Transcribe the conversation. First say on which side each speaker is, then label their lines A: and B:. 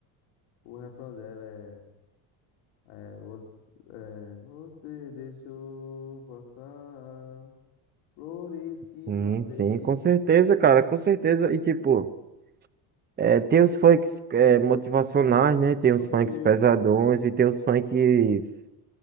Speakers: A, on the left; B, on the right.
A: O refrão dela é. É, você, é, você deixou passar flores que
B: Sim,
A: plantei.
B: sim, com certeza, cara, com certeza. E tipo, é, tem os funks é, motivacionais, né? Tem
A: Consciente.
B: os funks pesadões e tem os funks